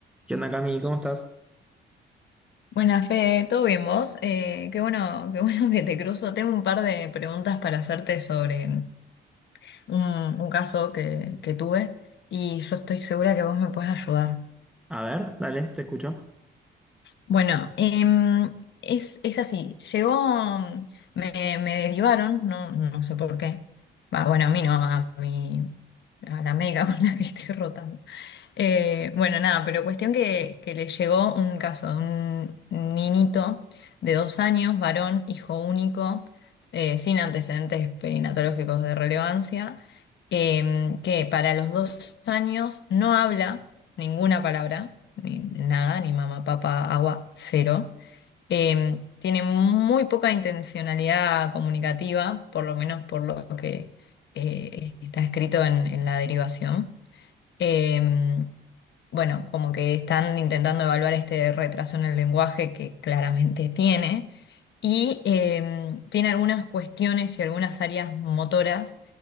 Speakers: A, in the centre; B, on the left.
A: ¿Qué onda, Cami? ¿Cómo estás?
B: Buenas, Fede, ¿todo bien vos? Eh, qué bueno, qué bueno que te cruzo. Tengo un par de preguntas para hacerte sobre un, un caso que, que tuve y yo estoy segura que vos me podés ayudar.
A: A ver, dale, te escucho.
B: Bueno, em, es, es así, llegó, me, me derivaron, no, no sé por qué. Va, bueno, a mí no, a mi, a la médica <laughs> con la que estoy rotando. Eh, bueno, nada, pero cuestión que, que le llegó un caso de un niñito de dos años, varón, hijo único, eh, sin antecedentes perinatológicos de relevancia, eh, que para los dos años no habla ninguna palabra, ni nada, ni mamá, papá, agua, cero. Eh, tiene muy poca intencionalidad comunicativa, por lo menos por lo que eh, está escrito en en la derivación. Em, bueno, como que están intentando evaluar este retraso en el lenguaje que claramente tiene y em, tiene algunas cuestiones y algunas áreas motoras